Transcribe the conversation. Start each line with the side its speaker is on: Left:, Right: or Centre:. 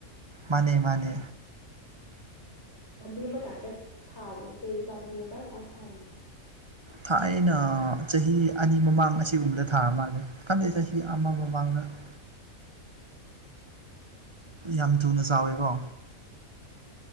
Right: ꯃꯥꯅꯦ ꯃꯥꯅꯦ
Left: ꯂꯝꯕꯤ ꯃꯇꯥꯏꯗ ꯊꯥꯔꯤꯕꯥ ꯆꯦꯔꯤ ꯄꯥꯝꯕꯤꯅꯣ ꯀꯔꯝ ꯀꯥꯟꯗ ꯊꯥꯔꯤꯅꯣ
Right: ꯊꯥꯏꯅ ꯆꯍꯤ ꯑꯅꯤ ꯃꯃꯥꯡ ꯑꯁꯤꯒꯨꯝꯕꯗ ꯊꯥ ꯃꯥꯜꯂꯦ ꯈꯟꯗꯩ ꯆꯍꯤ ꯑꯃ ꯃꯃꯥꯡꯗ <inaudible> ꯌꯥꯝ ꯊꯨꯅ ꯆꯥꯎꯋꯦꯀꯣ